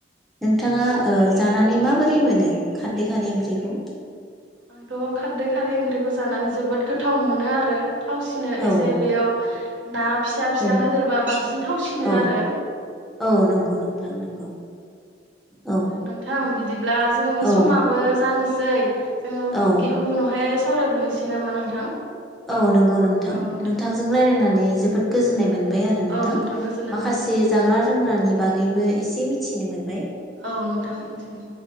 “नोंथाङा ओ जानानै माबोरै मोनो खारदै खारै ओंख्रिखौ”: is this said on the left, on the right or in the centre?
Centre